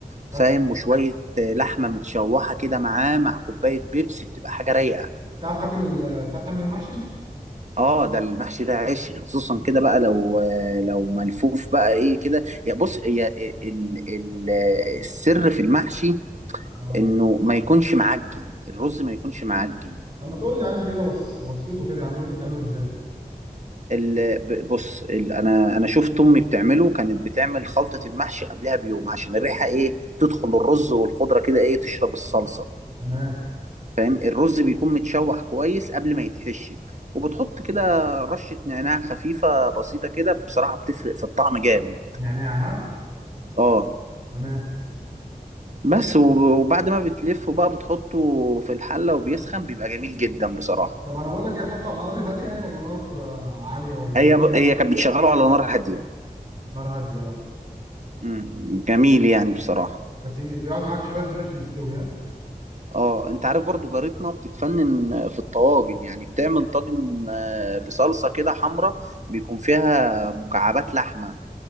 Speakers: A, on the right (about 30°); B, on the right (about 50°).
A: تعرف
B: فاهم وشوية آه، لحمة متشوحة كده معاه مع كوباية بيبسي بتبقى حاجة رايقة
A: تعرف تاكل ال... تعرف تعمل المحشي
B: اه ده المحشي ده عشق خصوصا كده بقى لو آه، لو ملفوف بقى ايه كده يا بص يا ال ال السر في المحشي
A: اه
B: انه ما يكونش معجن الرز ما يكونش معجن
A: طب ما تقول لي يا عم كده وص... وصفته كده يا عم قول لي بتعمله ازاي
B: ال- ب- بص ال- انا انا شفت امي بتعمله كانت بتعمل خلطه المحشي قبلها بيوم عشان الريحه ايه تدخل الرز والخضره كده ايه تشرب الصلصه
A: تمام
B: فاهم الرز بيكون متشوح كويس قبل ما يتحشي وبتحط كده رشه نعناع خفيفه بسيطه كده بصراحه بتفرق في الطعم جامد
A: نعناع ها
B: اه
A: تمام
B: بس وب- وبعد ما بتلفه بقى بتحطه في الحله وبيسخن بيبقى جميل جدا بصراحه
A: طب انا بقول لك ايه احطه على نار هاديه يعني ولا نار آه، عاليه ولا
B: هي
A: ايه
B: ب... هي كانت بتشغله على نار هاديه
A: نار هاديه اه
B: امم جميل يعني بصراحه
A: بس بي- بيقعد معاك شويه حلوين عشان يستوي ها
B: اه انت عارف برضو جارتنا بتتفنن في الطواجن يعني بتعمل طاجن آه، بصلصة كده حمرا بيكون فيها مكعبات لحمة